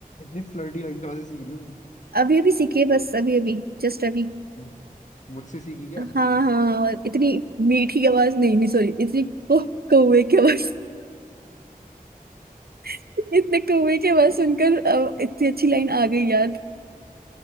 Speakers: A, on the left; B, on the right.
A: इतनी फ्लर्टी लाइन कहाँ से सीख रही हो तुम
B: अभी अभी सीखी है बस अभी अभी जस्ट अभी
A: मु- मुझसे सीखी क्या
B: हाँ हाँ और इतनी मीठी आवाज नहीं नहीं सॉरी इतनी को कौवे की आवाज <laughs> इतने कौवे की आवाज
A: मैं
B: सुनकर अ, इतनी अच्छी लाइन आ गई यार